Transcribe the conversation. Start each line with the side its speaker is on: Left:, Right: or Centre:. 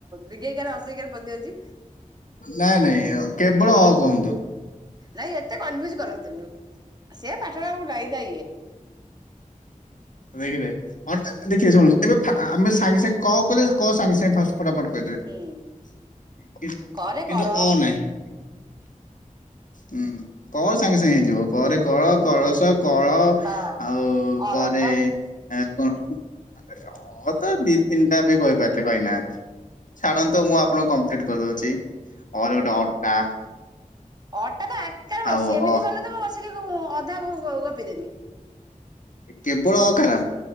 Right: ଦିଗେଇକାରେ ଅଶିକାରେ ପଶି ଯାଉଛି।
Left: ନାଇଁ ନାଇଁ କେବଳ କୁହନ୍ତୁ?
Right: ନାଇଁ ଏତେ କନଫ୍ୟୁଜ କରନ୍ତୁନୁ ସେ ପାଠରେ ଆଉ ନାଇଁ ତା ଇଏ।
Left: ଦେଖିଲେ ଅ ଦେଖିଏ ସମସ୍ ଆମେ ସାଙ୍ଗେ ସାଙ୍ଗେ କ କହେ କ ସାଙ୍ଗେ ସାଙ୍ଗେ ଫା ଫଟାଫଟ କରିଦେ
Right: ହୁଁ
Left: କିନ୍ତୁ
Right: କରେ କର
Left: ଅ ନାହିଁ। ହୁଁ କ ସାଙ୍ଗେ ସାଙ୍ଗେ ହେଇଯିବ। କ ରେ କଳ କଳସ କଳ
Right: ହଁ
Left: ଆଉ
Right: ଅର
Left: କରେ କଣ ଅ ତ ଦି ତିନିଟା ବି କହିପାରିଲେ କହିନାହାନ୍ତି। ଛାଡନ୍ତୁ ମୁଁ ଆପଣଙ୍କୁ କମ୍ପ୍ଲିଟ କରିଦଉଚି। ଅ ରେ ଗୋଟେ ଅଟା
Right: ଅଟା ତ ଆକାରରେ ବସୁଚି
Left: ଆଉ
Right: ଏମିତି
Left: ଅ
Right: କଲେ ତ ମୁଁ ବସିକି ଅଧା ଗପିଦେମି।
Left: କେବଳ ଅ କାର?